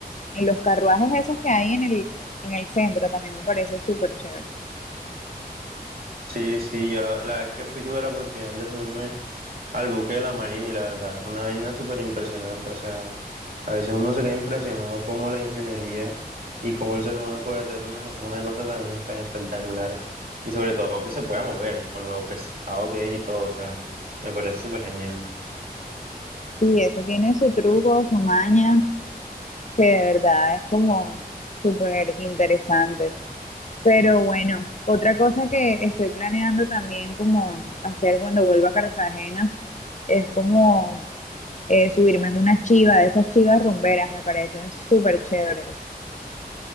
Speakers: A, on the left; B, on the right.
A: en los carruajes esos que hay en el, en el centro, también me parece súper chévere.
B: Sí, sí, yo la, la vez que fui tuve la oportunidad de subirme. al buque de la Marina y la verdad es una vaina súper impresionante. O sea, a veces uno se queda impresionado cómo la ingeniería y cómo el ser humano puede hacer una, una cosa tan, tan espectacular y sobre todo que se pueda mover con lo pesado que es y todo. O sea, me parece súper genial.
A: Y eso tiene su truco, su maña, que de verdad es como súper interesante. Pero bueno, otra cosa que estoy planeando también como hacer cuando vuelva a Cartagena es como eh, subirme en una chiva, de esas chivas rumberas, me parecen súper chéveres.